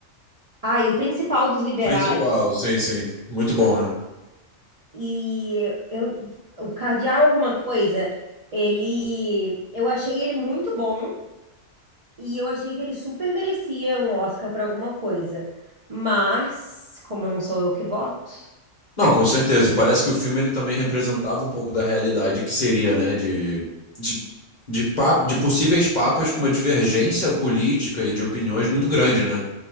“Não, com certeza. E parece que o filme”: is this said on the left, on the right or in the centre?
Left